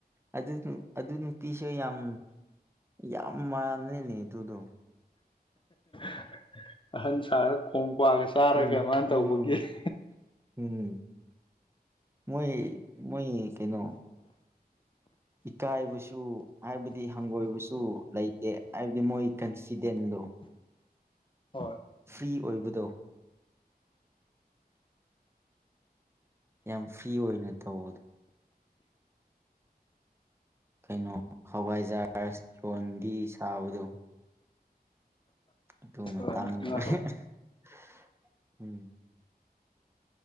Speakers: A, on the right (about 15°); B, on the left (about 30°).
A: ꯑꯗꯨ ꯑꯗꯨ ꯅꯨꯄꯤꯁꯨ ꯌꯥꯝ ꯌꯥꯝ ꯃꯥꯂꯦꯅꯦ ꯑꯗꯨꯗꯣ
B: <inaudible> ꯑꯍꯟ ꯁꯥꯔ ꯀꯣꯡ ꯀ꯭ꯋꯥꯒ ꯆꯥꯔꯒ
A: ꯎꯝ
B: ꯃꯥꯅ
A: ꯎꯝ
B: ꯇꯧꯕꯒꯤ <inaudible>
A: ꯎꯝ ꯃꯣꯏ ꯃꯣꯏ ꯀꯩꯅꯣ ꯏꯀꯥꯏꯕꯁꯨ ꯍꯥꯏꯕꯗꯤ ꯍꯪꯒꯣꯏꯕꯁꯨ ꯂꯩꯇꯦ ꯍꯥꯏꯕꯗꯤ ꯃꯣꯏ ꯀꯟꯁꯤꯗꯦꯟꯗꯣ
B: <inaudible> ꯍꯣꯏ
A: ꯐ꯭ꯔꯤ ꯑꯣꯏꯕꯗꯣ ꯌꯥꯝ ꯐ꯭ꯔꯤ ꯑꯣꯏꯅ ꯇꯧꯕꯗꯣ ꯀꯩꯅꯣ ꯍꯋꯥꯏꯖꯥꯔ ꯌꯣꯟꯕꯤ ꯁꯥꯕꯗꯣ ꯑꯗꯨ ꯃꯇꯥꯡꯅ
B: ꯔꯥꯅꯤ ꯕꯂꯥ
A: <inaudible> ꯎꯝ